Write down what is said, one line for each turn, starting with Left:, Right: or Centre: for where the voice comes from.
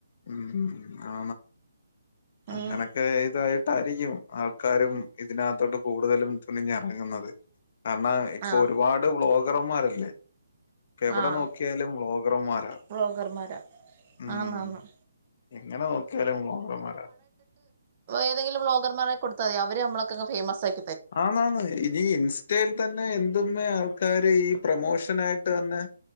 Left: ഉ ആ അങ്ങനൊക്കെ
Right: ഉം
Left: <unintelligible> യിരിക്കും ആൾക്കാരും ഇതിനകത്തോട്ട് കൂടുതലും തുണിഞ്ഞിറങ്ങുന്നത് കാരണം ഇപ്പൊ
Right: ആഹ്
Left: ഒരുപാട് വ്ലോഗ് മറന്മാരല്ലേ <unintelligible> എവിടെ
Right: ആഹ്
Left: നോക്കിയാലും വ്ളോഗർമാരാകും
Right: ബ്ലോഗർമാരാ
Left: മ്
Right: ആന്നാന്ന്
Left: എങ്ങനെ നോക്കിയാലും <unintelligible> വ്ളോഗർമാരാകും
Right: ഏതെങ്കിലും്ോഗർമാരെ കൊടുത്താ മതി അവര് നമ്മളൊക്കെെ ഫേമസ് ആയി
Left: <unintelligible> ഇനി ഇൻസ്റ്റയിൽ തന്നെ എത്മ്മേ ആക്കാര് ഈ പ്രമോഷന ആയിട്ട് തന്നെ